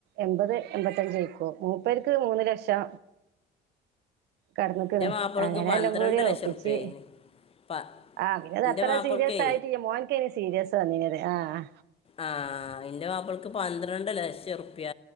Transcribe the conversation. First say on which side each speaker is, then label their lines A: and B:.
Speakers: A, on the right; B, on the left.
A: എൺപത് എൺമ്പത്തഞ്ചയ്ക്കൊ മൂപ്പർക്ക് മൂന്ന് ലക്ഷാ കെടന്നുക്ക്ണ്
B: എൻ്റെ മാപ്പിളക്ക്
A: അങ്ങനെ
B: പന്ത്രണ്ട്
A: എല്ലാം കൂടി
B: ലക്ഷം
A: ഒപ്പിച്ച്
B: ഉറുപ്പ്യായിന്ന് പ
A: ആ പിത്
B: എൻ്റെ
A: അത്ര
B: മാപ്പിളക്കേ
A: സീരിയസ് ആയിട്ടി മോൻിക്കെ സീരിയസ്ന്നിങ്ങനെ ആഹ്
B: ആഹ ന്റെ മാപ്പിളക് പന്ത്രണ്ട് ലക്ഷം റുപ്യ